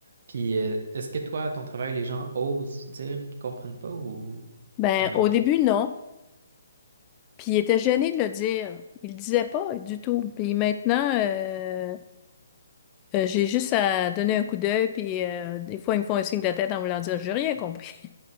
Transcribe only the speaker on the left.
Ben,
au début,
non. Puis il était gêné de le dire. Il le disaient pas du tout. Puis maintenant, euh, euh, j'ai juste à donner un coup d'œil, puis euh, des fois, ils me font un signe de tête en voulant dire, j'ai rien compris.